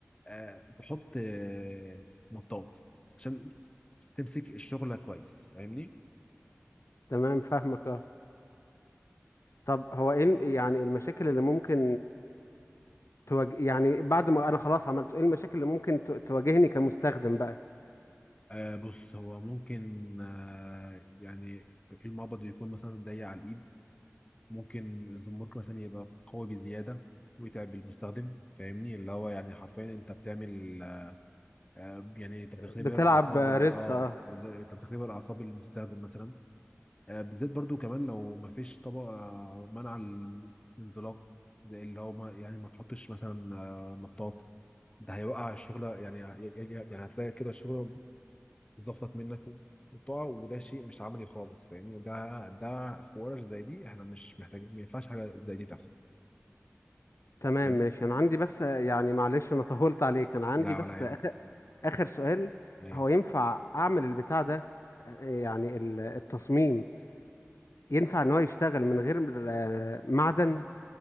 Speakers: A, on the left; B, on the left.
A: آه، تحط آه، مطاط عشان تمسك الشغله كويس فاهمني
B: تمام فاهمك اه طب هو ايه الم- يعني المشاكل اللي ممكن تواجه يعني بعد ما انا خلاص عملته ايه المشاكل اللي ممكن ت- تواجهني كمستخدم بقى
A: آه بص هو ممكن آه يعني المقبض يكون مثلا ضيق على الايد ممكن الزمرك مثلا يبقى قوي بزياده ويتعب المستخدم فاهمني اللي هو يعني حرفيا انت بتعمل آه يعني انت بتختبر
B: بتلعب
A: اعصاب
B: ريست
A: ال- اه
B: اه
A: بز- انت بتختبر اعصاب المستخدم مثلا آه بالذات برضو كمان لو ما فيش طبقه منع الانزلاق زي اللي هو ما يعني ما تحطش مثلا آه مطاط ده هيوقع الشغل يعني يعني يعني هتلاقي كده الشغل زفت منك قطع وده شيء مش عملي خالص فاهمني ده ده في ورش زي دي احنا مش محتاجين ما ينفعش حاجه زي دي تحصل
B: تمام
A: فاهم
B: ماشي انا عندي بس آه، يعني معلش انا طولت عليك انا عندي
A: لا
B: بس
A: ولا يهم
B: آخر سؤال
A: لا يهم
B: هو ينفع أعمل البتاع ده آه، يعني ال- التصميم ينفع إن هو يشتغل من غير آه، معدن